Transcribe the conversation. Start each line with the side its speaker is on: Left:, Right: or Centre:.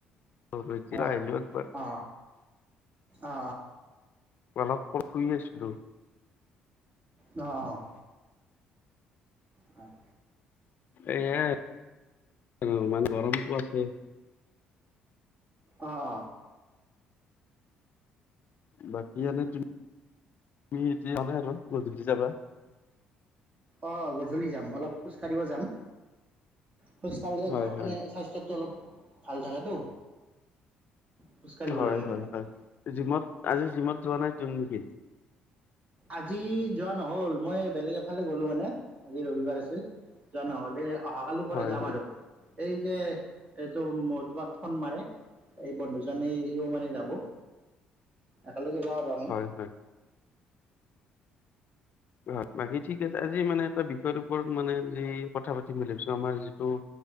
Left: <unintelligible>
Right: হয় অ অ
Left: অলপ ক শুই আছিলো।
Right: অ'। হয়।
Left: এ, এ আৰু ইমান গৰমটো আছে।
Right: অ' অ'।
Left: বাকী নে তুমি, এতিয়া যানাই আৰু গধূলি যাবা?
Right: অ গধূলি যাম অলপ খোজ কাঢ়িব যাম খোজ কঢ়িলে
Left: হয় হয়
Right: মানে স্বাস্থ্য অলপ ভাল থাকেতো। খোজকাঢ়িব
Left: হয়
Right: লাগে
Left: হয়
Right: কেনে
Left: হয় জিমত আজি জিমত যোৱা নাই যোন নেকি?
Right: আজি যোৱা নহ'ল মই বেলেগ এফালে গ'লো মানে আজি ৰবিবাৰ আছিল। যোৱা নহ'লে। অহাকালিৰ পৰা
Left: হয়
Right: যাম
Left: হয়
Right: আৰু এই যে এইটো তোমাক ফোন মাৰে। এই বন্ধুজন সিও মানে যাব, একেলগে যাওঁ আৰু আমি।
Left: হয় হয় হয় বাকী ঠিক আছে আজি মানে এটা বিষয়ৰ ওপৰত মানে যি কথা পাতিম বুলি ভাবিছো আমাৰ যিটো